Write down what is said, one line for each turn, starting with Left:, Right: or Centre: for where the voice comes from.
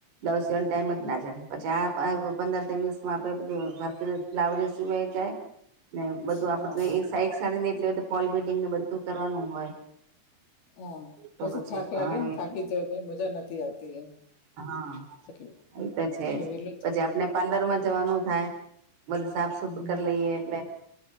Right: દસ જણ ટાઈમ જ ના જાય, પછી આ પંદરિવસ માં આપણે બધું બ્લાઉઝ સીવાય જાય ને બધું
Left: હા
Right: આપણ ને સાઈક સાડી ને એટલે પોલ બીડિંગને બધું કરવાનું હોય.
Left: હા,
Right: તો
Left: પછી થાક
Right: હા
Left: લાગેને થાકી જવાઈ, પછી મજા નથી આવતી એમ.
Right: હા,
Left: એટલે
Right: એ તો છે
Left: એટલે
Right: જ.
Left: વેલું
Right: પછી
Left: કરી
Right: આપણે
Left: લેવું.
Right: પાર્લરમાં જવાનું થાય. બધું સાફ સુફ
Left: હમ
Right: કરી લઈએ એટલે